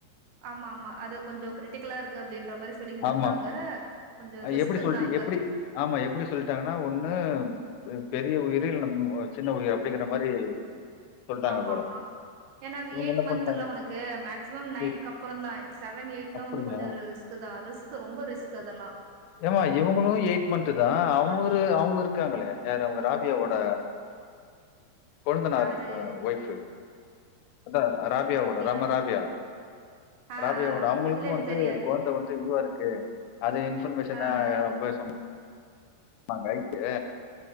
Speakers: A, on the right; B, on the left.
A: ஆமா ஆமா அது கொஞ்சோ கிரிட்டிக்கலா இருக்கு அப்டின்ற மாரி சொல்லிக்கிட்ருந்தாங்க
B: ஆமா.
A: கொஞ்ச
B: அஹ்
A: ரிஸ்க்குன்னாங்க
B: எப்படி சொல்லிட்டு எப்படி ஆமா எப்புடி சொல்ட்டாங்கனா ஒன்னு இத் பெரிய உயிரு இல்னம் ஓ சின்ன உயிரு அப்டிங்கிற மாரி சொல்ட்டாங்க
A: ஆமாமா
B: போல.
A: ஏனா அது
B: இவங்க
A: எய்ட்
B: என்ன
A: மன்த்துல்ல
B: பண்ணிட்டாங்க
A: உனக்கு மேக்சிமம் நைன்க்
B: ஏய்
A: அப்பறந்தா செவன் எய்ட்னா
B: அப்படியா?
A: வந்து கொஞ்சோ ரி ரிஸ்க் கு தா ரிஸ்க்கு ரொம்ப ரிஸ்க் அதெல்லா
B: ஏமா இவுங்களு எய்ட் மன்த்து தா அவுரு அவுங்க இருக்காங்களே யாரு அவுங்க ராபியாவோட கொழுந்தனார்
A: யாரு
B: அ ஒய்ஃபு அதா அ ரா பியாவோட
A: அப்டியா
B: நம்ம ராபியா
A: ஆ
B: ராபியாவோட
A: ஆ
B: அவுங்களுக்கு
A: இல்ல எனக்கு
B: வந்து
A: தெரியாது
B: கொழந்த வந்து இதுவா இருக்கு அது இன்ஃபர்மேஷனா
A: ஆ ஆ
B: ஆப்ரேஷ் நாங்க ரைட்டு